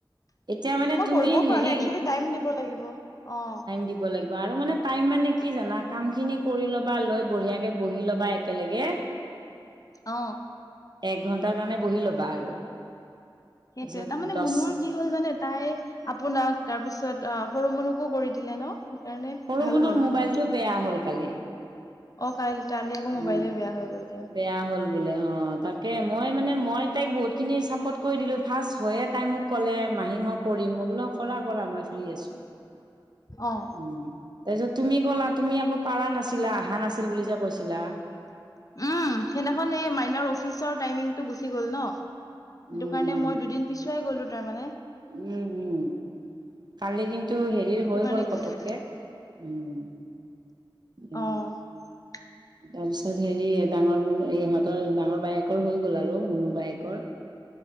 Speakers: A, on the right (about 55°); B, on the left (about 45°).
A: এতিয়া মানে
B: মই
A: তুমি
B: কৰিবও পৰা
A: হেৰি
B: নাই এক্সুৱেলি, টাইম দিব লাগিব। অ,
A: দি লাগিব, আৰু মানে টাইম মানে কি জানা, কাম খিনি কৰি ল'বা, লৈ বঢ়িয়াকে বহি ল'বা একেলগে
B: অ,
A: এক ঘণ্টাৰ কাৰণে বহি ল'বা আৰু।
B: সেইটয়ে,
A: তাৰপিছত
B: তাৰ মানে
A: দহ
B: মুনুৰ কি কি হ'ল জানে, তাই আপোনাক তাৰ পিছত অ, সৰু মুনুকো কৰি দিলে ন, সেইকাৰণে,
A: সৰু
B: ভাল
A: মনৰ
B: হ'ল
A: মোবাইলটো
B: অকমান।
A: বেয়া হ'ল, কালি।
B: অ, কালি-কালি আকৌ মোবাইলে
A: উম
B: বেয়া হৈ গ'ল, তাইৰ।
A: বেয়া হ'ল। বোলে অ', তাকে মই মানে মই তাইক বহুতখিনি চাপৰ্ট কৰি দিলো ফাৰ্ষ্ট হয়য়ে তাই মোক ক'লে মাহী মই কৰিম, মই বোলো কৰা কৰা মই ফ্ৰী আছো।
B: অ'।
A: উম, তাৰপিছত তুমি ক'লা, তুমি আকৌ পাৰা নাছিলা অহা নাছিল বুলি যে কৈছিলা।
B: উম, সেইদিনাখন এই মাইনাৰ অফিচৰ টাইমিংটো গুচি গ'ল ন, সেইটো
A: উম
B: কাৰণে
A: উম
B: মই দুদিন পিছুৱাই গ'লো তাৰ মানে।
A: উম, উম কালি কিন্তু হেৰি
B: সেইটো
A: হৈ
B: কাৰণে
A: গ'ল
B: গ'লো
A: পতককে। উম, উম।
B: অ <unintelligible>
A: তাৰ পিছত হেৰি ডাঙৰ মুনু এই ইহঁতৰ ডাঙৰ বায়েকৰ হৈ গ'ল আৰু মুনু বায়েকৰ।